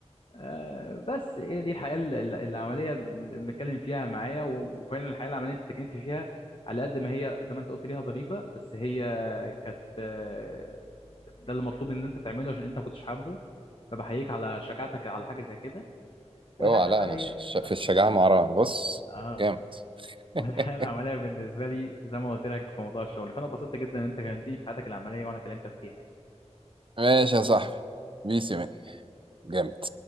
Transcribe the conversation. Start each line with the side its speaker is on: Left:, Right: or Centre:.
Left: آه، بس هي دي الحياة ال- ال- العملية اللي بنتكلم فيها معايا و- وفعلا الحياة العملية انت اتكلمت فيها على قد ما هي زي ما انت قلت ليها ضريبة بس هي كانت آه، ده اللي مطلوب ان انت تعمله عشان انت ما كنتش حابه فبحييك على شجاعتك على حاجة زي كده والحياة
Right: اوعى
Left: العملية
Right: لا انا ش- ش- في
Left: اه
Right: الشجاعه مع رامي بص
Left: آه،
Right: جامد <laughs>
Left: والحياة العملية بالنسبة لي زي ما قلت لك في موضوع الشغل فانا اتبسطت جدا ان انت كلمتني في حياتك العملية وانا كلمتك فيها
Right: ماشي يا صاحبي بيسي مين جامد